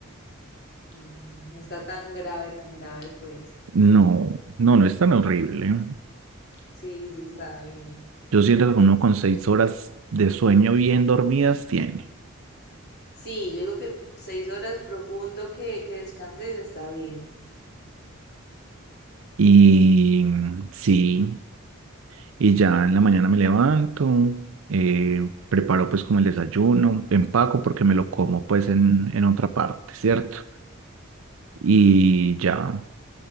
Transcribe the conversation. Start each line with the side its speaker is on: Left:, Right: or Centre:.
Left: Bueno, no, no está tan grave, tan grave, pues.
Right: No, no, no es tan horrible.
Left: Sí, sí, está bien.
Right: Yo siento que uno con 6 horas de sueño bien dormidas tiene.
Left: Sí, yo digo que seis horas profundo que, que descanses está bien.
Right: Y mm, sí, Y ya en la mañana me levanto, eh, preparo pues como el desayuno, empaco porque me lo como pues en, en otra parte, ¿cierto? Y ya,